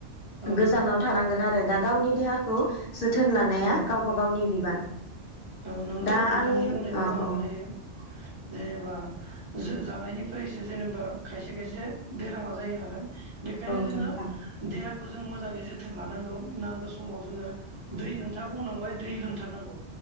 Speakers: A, on the right (about 30°); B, on the left (about 60°).
A: औ
B: गोजानाव थानांगोन आरो। दा गावनि देहाखौ जोथोन लानाया
A: औ
B: गावबा गावनि बिबान।
A: औ नंगौ
B: दा
A: नोंथांनि
B: आंनि
A: बुंनायखौबो
B: अ
A: आं
B: औ
A: गनायो। जेनेबा जो जानायनिफ्रायसो जेनेबा खायसे खायसे बेरामा जायो नालाय। बेखायनो
B: औ
A: जोङो
B: नोंथां
A: देहाख खौ जों मोजाङै जोथोन लानांगौ नांगौ समाव जोङो दै नोंथाङा बुंलांबाय दै लोंथारनांगौ।